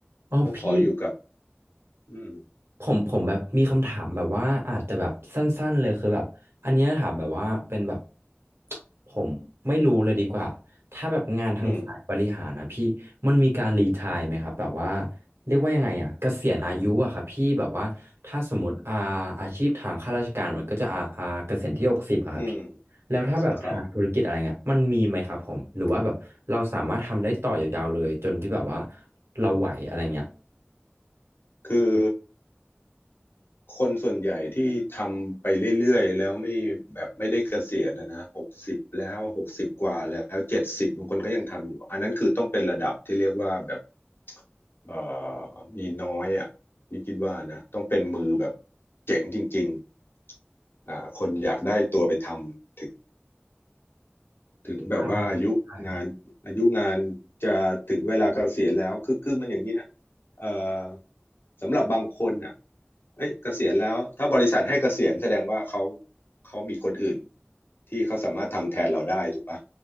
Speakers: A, on the right; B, on the left.
A: อ๋อพี่
B: ก็ขออยู่กับอืม
A: ผมผมแบบมีคำถามแบบว่าอาจจะแบบสั้นๆเลยคือแบบอันเนี้ยถามแบบว่าเป็นแบบผมไม่รู้เลยดีกว่าถ้าแบบงานทางสายบริหารนะพี่มันมีการรีไทร์ไหมครับแบบว่า
B: อืม
A: เรียกว่ายังไงอ่ะเกษียณอายุอะครับพี่แบบว่าถ้าสมมติอาอาชีพทางข้าราชการมันก็จะอาอาเกษียณที่หกสิบอะครับพี่
B: อืม
A: แล้วถ้าแบบทางธุรกิจอะไรเงี้ยมันมีไหมครับผมหรือว่าแบบเราสามารถทำได้ต่อยาวๆเลยจนที่แบบว่า
B: ครับ
A: เราไหวอะไรเงี้ย
B: คือคนส่วนใหญ่ที่ทำไปเรื่อยๆแล้วไม่แบบไม่ได้เกษียณนะนะหกสิบแล้วหกสิบกว่าแล้วเจ็ดสิบบางคนก็ยังทำอยู่อันนั้นคือต้องเป็นระดับที่เรียกว่าแบบเอ่อมีน้อยอ่ะพี่คิดว่านะต้องเป็นมือแบบเจ๋งจริงๆอ่าคนอยากได้ตัวไปทำถึง ถึงแบบว่าอายุงานอายุงานจะถึงเวลาเกษียณแล้วคือคือมันอย่างนี้นะ
A: ใช่ใช่ครับ
B: เอ่อสำหรับบางคนอ่ะเอ้ยเกษียณแล้วถ้าบริษัทให้เกษียณแสดงว่าเขาเขามีคนอื่นที่เขาสามารถทำแทนเราได้ถูกปะ